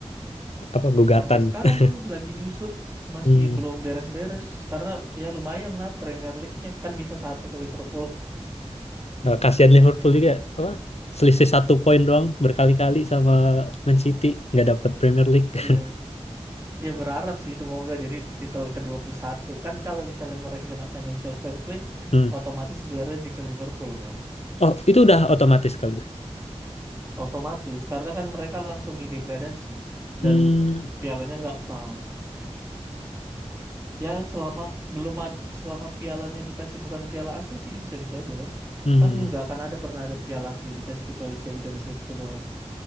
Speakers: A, on the left; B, on the right.
A: apa gugatan.
B: sampai sekarang
A: <laughs>
B: tuh lagi diusut masih
A: Hmm.
B: belum beres-beres karena ya lumayan lah Premier League-nya kan bisa satu ke Liverpool.
A: Nah, kasihan Liverpool juga apa? Selisih satu poin doang berkali-kali sama Man City nggak dapat Premier League.
B: Iya.
A: <laughs>
B: Ya berharap sih semoga jadi titel ke satu kan kalau misalnya mereka kena financial fair play
A: Hmm.
B: otomatis gelarnya di ke Liverpool kan
A: Oh, itu udah otomatis kali itu.
B: otomatis karena kan mereka langsung didegradasi
A: Hmm.
B: dan pialanya nggak sah ya selama belum ad- selama pialanya dikasih bukan piala asli sih bisa-bisa aja
A: Hmm.
B: kan nggak akan ada pernah ada piala asli dikasih kecuali Champions League itu doang